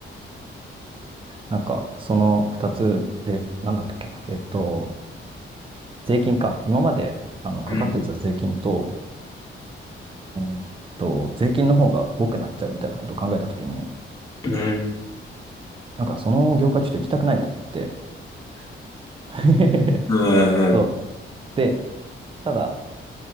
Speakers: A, on the right (about 25°); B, on the left (about 15°).
A: なんかその2つで、なんだったっけな、えっと、税金か、今まであのかかってた税金と、
B: うん。
A: うんと、税金の方が多くなっちゃうみたいなことを考えたときに、
B: うん。
A: なんかその業界ちょっと行きたくないと思って、<laughs>
B: うんうん。
A: そう。で、ただ、